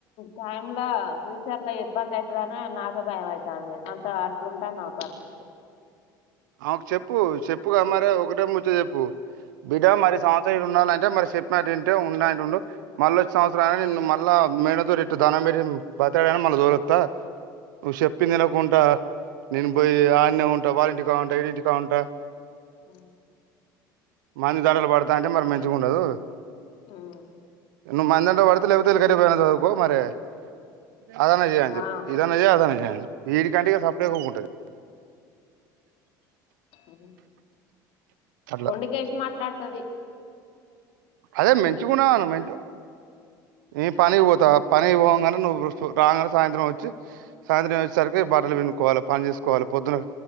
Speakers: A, on the left; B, on the right.
A: టైమ్ లో ఫ్యూచర్ లో ఇబ్బంది అవుతుందిని నాకే భయం అవుతుంది అంత అట్లుంటాంది ఆమె పరిస్థితి
B: ఆమెకు చెప్పు చెప్పుగా మరే ఒకటే ముంచో చెప్పు బిడ్డ మరి
A: ఉమ్,
B: సంవత్సరం ఉండాలంటే మరి చెప్పినట్లు ఇంటే ఉండ నంట ఉండు మళ్ళీ వచ్చినవసరం నన్న మళ్ళీ మేన దూరి దధనం పెరి బతాడ అని మళ్ళీ దూరస్తా నువ్వు చెప్పింది వినకుండా నేను పోయి
A: ఉమ్,
B: ఆన్నే ఉం వాలంటి దుకాంట్ జీ దుకాౌంట్
A: ఆ
B: మంచి దాండలు పడతా అంటే మరి మంచిుగా ఉండదు
A: ఉమ్,
B: ఎ మాదడా వాడ <unintelligible> అదన్న చేయ్ అని చెప్పు
A: ఆ
B: ఇదాన్న చేయ్ అదనన చేయడి వీడి కంటగా
A: ఉమ్,
B: సప్డంటది
A: అ
B: అట్లా
A: మొండికేసి మాట్లాడుతది
B: అదే మంచిుకున్నాన్న మ ఏం పని పోతా పని పోగానే నువ్వు రాగానే సాయంత్రం వచ్చి సాయంత్రం వచ్చేసరికి బట్టలు పనుుకోవాలి పని చేసుకోవాలి పొద్దున్న